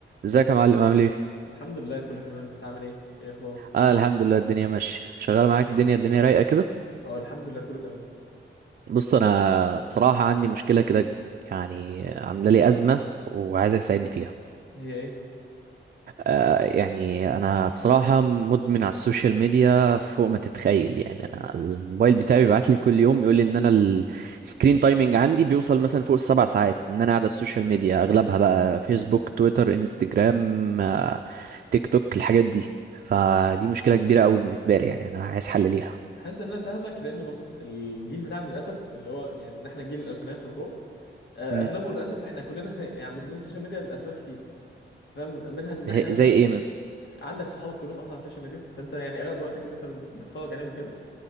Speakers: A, on the right; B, on the left.
A: ازيك يا معلم عامل ايه
B: الحمد لله كله تمام انت عامل ايه ايه اخبارك
A: انا الحمد لله الدنيا ماشيه شغال معاك الدنيا الدنيا رايقه كده
B: اه الحمد لله كله تمام
A: بص انا بصراحه عندي مشكله كده يعني عامله لي ازمه وعايزك تساعدني فيها
B: هي ايه
A: آه يعني انا بصراحه مدمن على السوشيال ميديا فوق ما تتخيل يعني انا الموبايل بتاعي بيبعت لي كل يوم يقول لي ان انا السكرين تايمنج عندي بيوصل مثلا فوق السبع ساعات ان انا قاعد على السوشيال ميديا اغلبها بقى فيسبوك تويتر انستجرام آه، تيك توك الحاجات دي فدي مشكله كبيره قوي بالنسبه لي يعني انا عايز حل ليها
B: حاسس ان انا فاهمك لان بص الجيل بتاعنا للاسف اللي هو يعني ان احنا جيل الالفينات وفوق آه،
A: مم.
B: اغلبه للاسف احنا كلنا <laughs> يعني مدمنين السوشيال ميديا لاسباب كتير فاهم منها ان
A: هي-
B: احنا مثلا
A: زي ايه مس
B: عندك صحابك كلهم اصلا على السوشيال ميديا فانت يعني اغلب وقتك ان انت بت- بتتفرج عليهم وكده